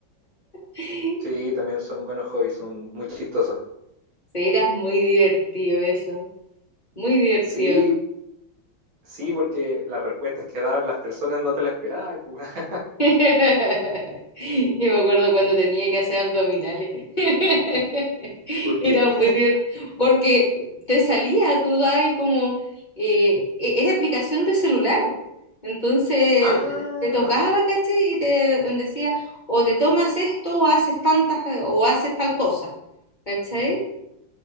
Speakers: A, on the left (about 20°); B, on the right (about 80°).
A: <laughs>
B: Sí, también son buenos hobbies, son muy chistosos.
A: Sí, era muy divertido eso, muy divertido.
B: Sí, sí, porque las respuestas que daban las personas no te las esperaba. <laughs>
A: <laughs> Yo me acuerdo cuando tenía que hacer abdominales. <laughs>
B: ¿Por
A: Era
B: qué?
A: muy divertido. Porque te salía, tú dabas como... eh, e- era aplicación de celular. Entonces
B: Ah,
A: te tocaba, ¿cachai? Y te decía, o te tomas esto, o haces tantas, eh, o haces tal cosa. ¿Cachai?